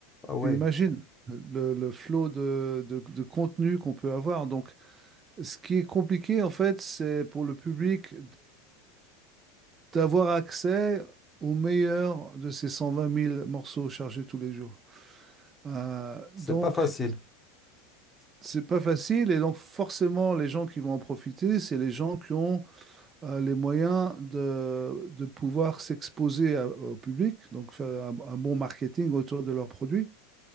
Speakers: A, on the left; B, on the right.
A: Ah ouais,
B: Tu imagines le, le flot de, de, de contenu qu'on peut avoir. Donc, ce qui est compliqué, en fait, c'est pour le public d'avoir accès au meilleur de ces cent vingt mille morceaux chargés tous les jours. Euh,
A: c'est
B: donc,
A: pas facile.
B: c'est pas facile et donc forcément les gens qui vont en profiter, c'est les gens qui ont euh, les moyens de, de pouvoir s'exposer à- au public, donc faire un, un bon marketing autour de leurs produits.